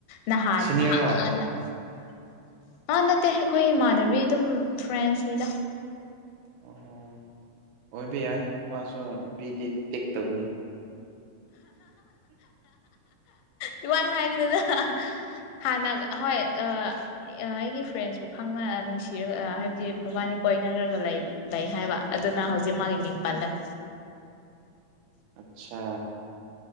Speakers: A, on the left (about 85°); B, on the right (about 75°).
A: ꯅ ꯍꯥꯥꯟ
B: ꯁꯤꯅꯤꯌꯔꯔꯣ
A: ꯑꯥ ꯅꯠꯇꯦ ꯑꯩꯈꯣꯏ ꯏꯃꯥꯟꯅꯕꯤ ꯑꯗꯨꯝ ꯐ꯭ꯔꯦꯟꯁꯅꯤꯗ
B: ꯑꯣ ꯑꯣꯏꯕ ꯌꯥꯏ ꯃꯥꯁꯨ ꯅꯨꯄꯤꯗꯤ ꯇꯦꯛꯇꯕꯅꯤ
A: ꯇꯨꯃꯥꯏ ꯍꯥꯏꯒꯗꯗ ꯍꯥꯟꯅ ꯍꯣꯏ ꯑꯩꯒꯤ ꯐ꯭ꯔꯦꯟꯁꯄꯨ ꯈꯪꯅ ꯅꯨꯡꯁꯤꯔꯒ ꯍꯥꯏꯕꯗꯤ ꯃꯕꯥꯅꯤ ꯀꯣꯏꯅꯔꯒ ꯂꯩ ꯍꯥꯏꯕ ꯑꯗꯨꯅ ꯍꯧꯖꯤꯛ ꯃꯒꯤ ꯃꯡ ꯄꯜꯂꯛ
B: ꯑꯆꯥ